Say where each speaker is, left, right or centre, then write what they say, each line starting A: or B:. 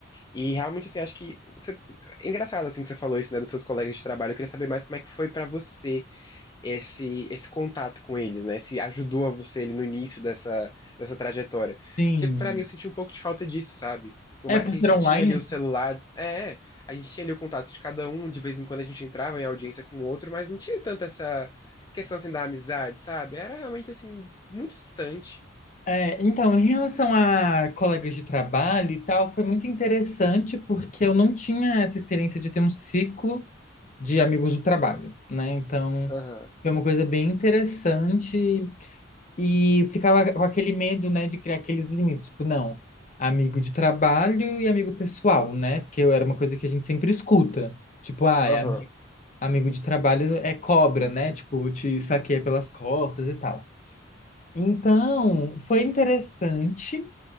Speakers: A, on the left (about 20°); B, on the left (about 40°).
A: E realmente, assim, acho que. você- É engraçado, assim, que você falou isso, né, dos seus colegas de trabalho. Eu queria saber mais como é que foi pra você esse esse contato com eles, né? Se ajudou a você ali no início dessa dessa trajetória.
B: Sim.
A: Porque pra mim eu senti um pouco de falta disso, sabe? Por
B: É,
A: mais
B: por
A: que
B: ser
A: a gente
B: online?
A: tinha ali o celular, é, é, a gente tinha ali o contato de cada um, de vez em quando a gente entrava em audiência com o outro, mas não tinha tanto essa questão assim da amizade, sabe? Era realmente assim muito distante.
B: É, então, em relação a colegas de trabalho e tal, foi muito interessante porque eu não tinha essa experiência de ter um ciclo de amigos do trabalho, né? Então,
A: Aham,
B: foi uma coisa bem interessante, E ficava com aquele medo, né, de criar aqueles limites. Tipo, não, amigo de trabalho e amigo pessoal, né? Porque era uma coisa que a gente sempre escuta. Tipo, ah,
A: aham,
B: é ami- amigo de trabalho é cobra, né? Tipo, te esfaqueia pelas costas e tal. Então, foi interessante.